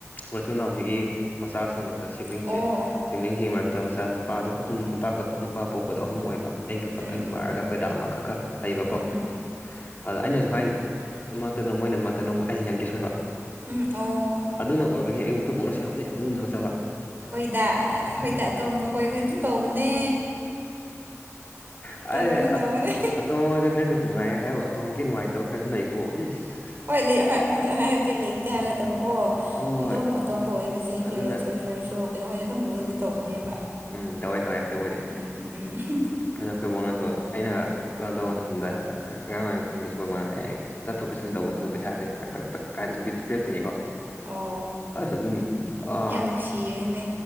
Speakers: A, on the left (about 35°); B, on the right (about 40°).
A: ꯃꯆꯨꯅ ꯍꯧꯖꯤꯛꯀꯤ ꯃꯆꯥꯁꯤꯡꯃꯛꯇ ꯁꯤꯕꯂꯤꯡꯁꯦ
B: ꯑꯣ
A: ꯁꯤꯕꯂꯤꯡꯁꯤꯡꯒꯤ ꯃꯔꯛꯇ ꯃꯆꯥ ꯅꯨꯄꯥꯗꯣ ꯑꯍꯨꯝ ꯅꯨꯄꯥꯈꯛ ꯅꯨꯄꯥ ꯄꯣꯛꯄꯗ ꯑꯍꯨꯝ ꯑꯣꯏꯕ ꯑꯩꯒ
B: ꯎꯝ
A: ꯑꯩꯕꯨ
B: ꯎꯝ
A: ꯄꯕꯥꯔꯒ ꯑꯩꯈꯣꯏꯗꯥ ꯑꯃꯈꯛ ꯈ ꯂꯩꯕꯀꯣ
B: ꯎꯝ ꯎꯝ
A: ꯑꯗ ꯑꯩꯅꯁꯨꯨ ꯈꯥꯏ ꯃꯔꯛꯇꯅ ꯃꯣꯏꯅ ꯃꯔꯛꯇꯅ ꯑꯃꯛ ꯑꯩꯅ ꯌꯥꯝꯒꯦ ꯁꯣꯏꯕ
B: ꯎꯝ ꯑꯣ
A: ꯑꯗꯨꯅ ꯑꯣꯏꯕꯒꯤ ꯑꯩꯕꯨꯈꯣꯏꯕꯣꯛꯅꯁꯨ ꯌꯥꯝꯅ ꯌꯥꯝ ꯂꯨꯅ ꯇꯧꯖꯕ
B: ꯍꯣꯏꯗ ꯑ ꯍꯣꯏꯗ ꯑꯇꯣꯝꯕ ꯍꯣꯏꯍꯣꯏ ꯗꯨꯝ ꯇꯧꯕꯅꯦ
A: ꯑꯔꯦ
B: ꯇꯧꯕꯅꯦ
A: ꯑꯠ
B: ꯇꯧꯕꯅꯦ
A: ꯑꯇꯣꯞ ꯅꯨꯡꯉꯥꯏꯌꯦ ꯍꯥꯏꯌꯣ ꯑꯇꯃꯛꯀꯤ ꯅꯨꯡꯉꯥꯏꯇꯕ ꯀꯩꯁꯨ ꯂꯩꯀꯣ ꯏꯁ
B: ꯍꯣꯏ ꯂꯤ ꯍꯣꯏ ꯍꯥꯏꯕꯗꯤ ꯂꯩꯇꯦ ꯍꯥꯏꯕ ꯅꯠꯇꯕꯀꯣ
A: ꯍꯣꯏ
B: ꯑꯗꯨꯝ ꯑꯇꯣꯝꯕ ꯑꯣꯏꯕꯖꯦ
A: ꯑꯗꯨꯅ
B: ꯄꯦꯔꯦꯟꯁ ꯍꯣꯏꯁ ꯀꯩꯁꯨ ꯀꯩꯅꯣ ꯈꯣꯏꯅ ꯑꯗꯨꯝ ꯂꯨꯟꯅꯗꯤ ꯇꯧꯕꯅꯦꯕ
A: ꯎꯝ ꯇꯧꯋꯦ ꯇꯧꯋꯦ ꯑꯗꯨꯕꯨꯗꯤ
B: ꯎꯝ ꯎꯝ
A: ꯑꯗꯨ ꯈꯨꯣꯏꯕꯃꯛꯅꯁꯨ ꯑꯩꯅ ꯂꯣꯟ ꯇꯧꯕ ꯃꯇꯝꯗ ꯑꯉꯥꯡ ꯑꯣꯏꯔꯤ ꯃꯇꯝꯗꯁꯨ ꯈꯨꯈꯣꯏꯕꯅ ꯑꯩ ꯆꯠꯊꯣꯛ ꯆꯠꯁꯤꯟ ꯇꯧꯕꯗꯁꯨ ꯄꯩꯁꯥꯁꯦꯛ ꯄ ꯀꯥꯏꯗꯅ ꯄꯤꯔꯛꯇꯣꯏꯅꯤꯀꯣ
B: ꯑꯣ
A: ꯑ ꯑꯗꯨꯝ ꯑ
B: ꯌꯥꯝ ꯅꯨꯡꯁꯤꯕꯅꯦ